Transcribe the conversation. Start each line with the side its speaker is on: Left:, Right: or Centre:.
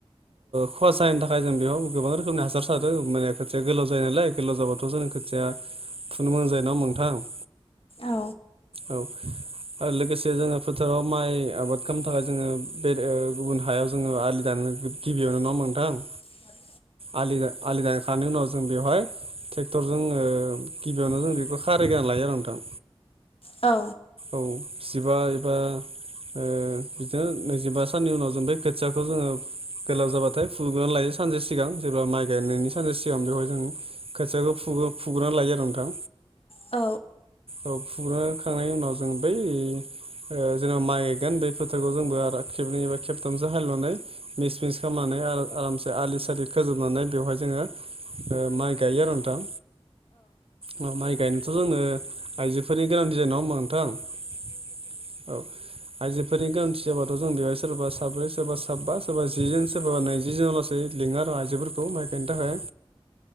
Right: खहा जाहैनि थाखाय जों बेयाव गोबां रोखोमनि हासार सारो माने खोथिया गोलाव जायो नालाय। गोलाव जाबाथ' जों खोथिाया थुनो मोजां जायोना नङा होनबा नोंथां?
Left: औ
Right: औ ओ-लोगोसे जोङो फोथाराव माइ आबाद खालामनो थाखाय जोङो बे ओ- गुबुन हायाव जोङो आलि दानो गिबियावनो नङा होनबा नोंथां।
Left: <unintelligible>
Right: आलि-आलि दानखांनायनि उनाव जों बेवहाय ट्रेक्टर जोङो गिबियावनो जों बेखौ खारिगोरना लायो आरो नोंथां।
Left: औ
Right: औ जिबा एबा <unintelligible> बिदिनो नैजिबा साननि उनाव जों बे खोथियाखौ जोङो गोलाव जाबाथाय फुग्रोनानै लायो सानसे सिगां जेब्ला माइ गायनायनि सानसे सिगां बेवहाय जों खोथियाखौ <unintelligible> फुग्रोनानै लायो आरो नोंथां।
Left: औ
Right: औ फुग्रोखांनायनि उनाव जों बै ओ जोंहा माइ गोन बेै फोथारखौ जोंबो आरो खेबनैबा खेबथामसो हालेवनानै मिस मिस खालामनानै <unintelligible> आरामसे आलि सालि खोजोबनानै बेवहाय जोङो ओ माइ गायो आरो नोंथां। औ माइ गायनोथ' जोंङो आइजोफोरनि गोनांथि जायो नङा होनबा नोंथां औ। फोरनि गोनांथि जाबाथ' जों बेवहाय सोरबा साब्रै सोरबा साबा सोरबा जि जोन सोरबा नैजि जनाव लासै <unintelligible> माइ गायनो थाखाय